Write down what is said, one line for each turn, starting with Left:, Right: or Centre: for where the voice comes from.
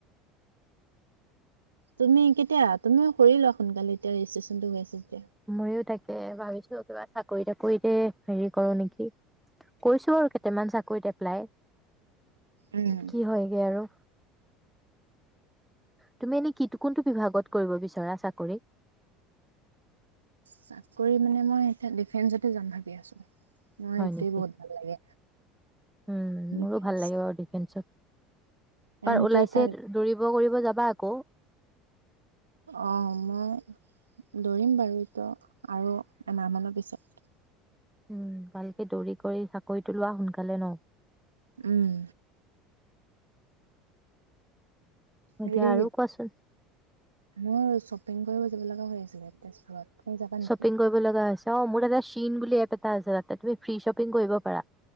Right: তুমি কেতিয়া? তুমিও কৰি লোৱা সোনকালে এতিয়া ৰেজিষ্ট্ৰেচন টো হৈ আছ যেতিয়া
Centre: ময়ো তাকে ভাবিছো কিবা চাকৰি তাকৰিতে হেৰি কৰো নেকি! কৰিছো বাৰু কেইটামান চাকৰি তাক প্লাই
Right: উম
Centre: কি হয়গে আৰু তুমি এনেই কি কোনটো বিভাগত কৰিব বিচৰা চাকৰি?
Right: চাকৰি মানে মই এতিয়া ডিফেন্সতে যাম ভাবি আছো। মই
Centre: হয়
Right: এইটোৱে
Centre: নেকি?
Right: বহুত ভাল লাগে
Centre: উম
Right: ডিফেন্স।
Centre: মোৰো ভাল লাগে বাৰু ডিফেন্সত।
Right: কাৰণ
Centre: এবাৰ
Right: এইটো
Centre: ওলাইছে
Right: এটা
Centre: দৌৰিব কৰিব যাবা আকৌ
Right: অ মই দৌৰিম বাৰু এইটো আৰু এমাহমানৰ পিছত
Centre: উম ভালকে দৌৰি কৰি চাকৰিটো লোৱা সোনকালে ন?
Right: উম
Centre: এতিয়া
Right: হেৰি
Centre: আৰু কোৱাচোন
Right: মোৰ শ্বপিং কৰিব যাব লগা হৈ আছিলে তেজপুৰত তুমি যাবা নেকি?
Centre: শ্বপিং কৰিব লগা আছে অ মোৰ এটা শ্বিন বুলি এপ এটা আছে তাতে তুমি ফ্ৰী শ্বপিং কৰিব পাৰা